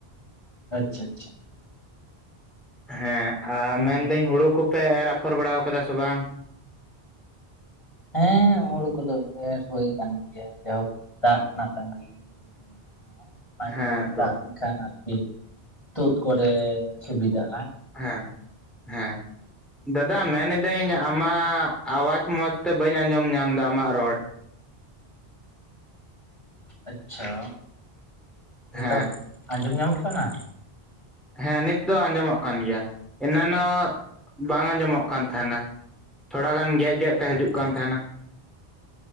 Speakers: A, on the left (about 30°); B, in the centre.
A: ᱟᱪᱪᱷᱟ ᱟᱪᱪᱷᱟ ᱾
B: ᱦᱮᱸ ᱟᱨ
A: ᱦᱮᱸ
B: ᱢᱮᱱᱫᱟᱹᱧ ᱦᱩᱲᱩ ᱠᱚᱯᱮ ᱮᱨ ᱨᱟᱯᱷᱚᱨ ᱵᱟᱲᱟ ᱟᱠᱟᱫᱟ ᱥᱮ ᱵᱟᱝ ᱾
A: ᱦᱮᱸ ᱦᱩᱲᱩ ᱠᱚᱫᱚ ᱮᱨ ᱦᱩᱭ ᱠᱟᱱ ᱜᱮᱭᱟ ᱡᱟᱭᱦᱳᱠ ᱾ ᱫᱟᱜ ᱨᱮᱱᱟᱜ ᱛᱟᱸᱜᱤ ᱢᱮᱱᱟᱜ-ᱟ ᱚᱱᱟ
B: ᱦᱮᱸ
A: ᱜᱮ
B: ᱛᱚ
A: ᱫᱟᱜ ᱞᱮᱱᱠᱷᱟᱱ ᱟᱨᱠᱤᱼᱼ ᱛᱩᱫ ᱠᱚᱨᱮ ᱥᱩᱵᱤᱫᱟᱜ-ᱟ᱾
B: ᱦᱮᱸ ᱦᱮᱸ᱾ ᱫᱟᱫᱟ ᱢᱮᱱ ᱫᱟᱹᱧ ᱟᱢᱟᱜ ᱟᱣᱟᱡᱽ ᱢᱚᱸᱡᱽ ᱛᱮ ᱵᱟᱹᱧ ᱟᱸᱡᱚᱢ ᱧᱟᱢ ᱫᱟ ᱟᱢᱟᱜ ᱨᱚᱲ?
A: ᱟᱪᱪᱷᱟ ᱱᱤᱛᱚᱜ
B: ᱦᱮᱸ
A: ᱟᱸᱡᱚᱢ ᱧᱟᱢᱚᱜ ᱠᱟᱱᱟ?
B: ᱦᱮᱸ ᱱᱤᱛ ᱫᱚ ᱟᱸᱡᱚᱢᱚᱜ ᱠᱟᱱ ᱜᱮᱭᱟ ᱮᱱᱟᱱᱚᱜ ᱵᱟᱝ ᱟᱸᱡᱚᱢᱚᱜ ᱠᱟᱱ ᱛᱟᱦᱮᱱᱟ᱾ ᱛᱷᱚᱲᱟ ᱜᱟᱱ ᱜᱮᱫ ᱜᱮᱜ ᱛᱮ ᱦᱟᱹᱡᱩᱜ
A: ᱟᱪᱪᱷᱟ
B: ᱠᱟᱱ
A: ᱟᱪᱪᱷᱟ
B: ᱛᱮᱦᱮᱱᱟ᱾